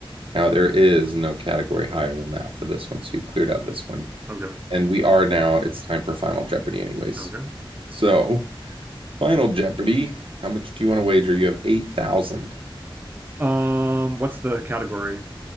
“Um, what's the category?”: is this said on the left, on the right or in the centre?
Right